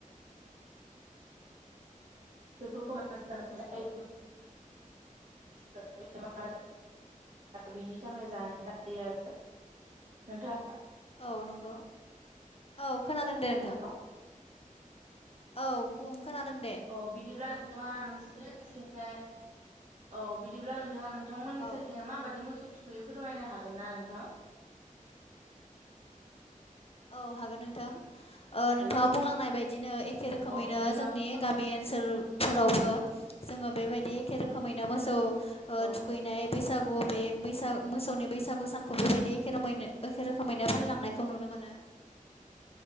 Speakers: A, on the right; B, on the left.
A: बेफोरखौ मानो जानाय जायो <unintelligible> <unintelligible> बेनि थाखाय जानाय जायो आरो नोंथां।
B: औ नंगौ औ खोनादों दे नोंथां।
A: हेल'
B: औ बुं खोनादों दे
A: औ बिदिब्ला नोंथाङा नोंसोरथिंहाय औ बिदिब्ला नोंथाङा नों। नोंथमोननि
B: औ
A: ओसोलथिं माबायदि मोसौ थुखैयो फोरमायनो हागोन ना नोंथां।
B: औ हागोन नोंथां। ओ
A: हेल'
B: नोंथाङा बुंलांनाय बायदिनो एखे रोखोमैनो
A: अ बिदिब्ला
B: जोंनि
A: औ
B: गामि ओनसोलफोरावबो जोङो बेबायदि एखे रोखोमैनो मोसौ।
A: औ
B: थुखैनाय बैसागु बे बैसाग मोसौनि बैसागु सानखौ बेबायदि एखे रोमैनो। एखे रोखोमैनो फानलिलांनायखौ नुनो मोनो।